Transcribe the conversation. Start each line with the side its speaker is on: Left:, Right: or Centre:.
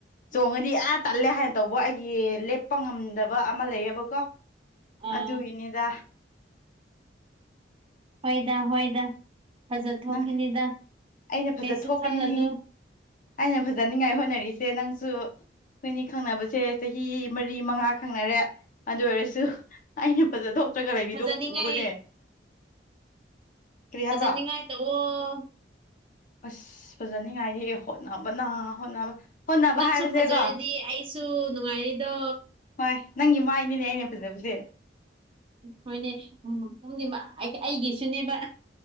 Left: ꯆꯣꯡꯉꯗꯤ ꯑꯥ ꯇꯜꯂꯦ ꯍꯥꯏꯅ ꯇꯧꯕ ꯑꯩꯒꯤ ꯂꯦꯞꯄ ꯉꯝꯗꯕ ꯑꯃ ꯂꯩꯌꯦꯕꯀꯣ
Right: ꯑꯥ
Left: ꯑꯗꯨꯒꯤꯅꯤꯗ
Right: ꯍꯣꯏꯗ ꯍꯣꯏꯗ ꯐꯖꯊꯈꯤꯅꯤꯗ
Left: ꯅꯪ ꯑꯩꯅ ꯐꯖ
Right: ꯀꯩꯁꯨ
Left: ꯊꯣꯛꯀꯅꯤ
Right: ꯈꯜꯂꯅꯨ
Left: ꯑꯩꯅ ꯐꯖꯅꯤꯡꯉꯥꯏ ꯍꯣꯠꯅꯔꯤꯛꯁꯦ ꯅꯪꯁꯨ ꯑꯩꯈꯣꯏꯅꯤ ꯈꯪꯅꯕꯁꯦ ꯆꯍꯤ ꯃꯔꯤ ꯃꯉꯥ ꯈꯪꯅꯔꯦ ꯑꯗꯨ ꯑꯣꯏꯔꯁꯨ ꯑꯩꯅ ꯐꯖꯗꯣꯛꯇ꯭ꯔꯒ ꯂꯩꯕꯤꯗꯣꯛ
Right: ꯐꯖꯅꯤꯡꯉꯥꯏ
Left: ꯎꯕꯅꯦ ꯀꯔꯤ
Right: ꯐꯖꯅꯤꯡꯉꯥꯏꯇ
Left: ꯍꯥꯏꯕ
Right: ꯑꯣ
Left: ꯑꯁ ꯐꯖꯅꯤꯡꯉꯥꯏꯗꯤ ꯍꯣꯠꯅꯕꯅ ꯍꯣꯠꯅꯕ ꯍꯣꯠꯅꯕ
Right: ꯅꯪꯁꯨ
Left: ꯍꯥꯏꯕꯁꯦꯀꯣ
Right: ꯐꯖꯔꯤꯗꯤ ꯑꯩꯁꯨ ꯅꯨꯡꯉꯥꯏꯔꯤꯗꯣ
Left: ꯍꯣꯏ ꯅꯪ ꯏꯃꯥꯏꯗꯨꯅꯦ ꯑꯩꯅ ꯐꯖꯕꯁꯦ
Right: ꯍꯣꯏꯅꯦ ꯎꯝꯅꯦ ꯑꯩꯒꯤꯁꯨꯅꯦꯕ